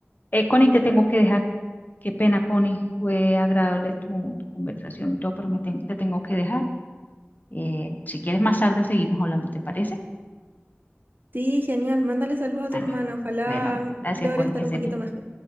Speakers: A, on the left; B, on the right.
A: Eh, Connie, te tengo que dejar. Qué pena, Connie. Fue agradable tu, tu conversación y todo, pero me ten- te tengo que dejar. Eh, si quieres más tarde seguimos hablando, ¿te parece?
B: Sí, genial. Mándale saludos a tu
A: Bueno,
B: hermana. Ojalá
A: bueno, gracias,
B: logre
A: Connie,
B: estar
A: que estés
B: un poquito
A: bien.
B: mejor.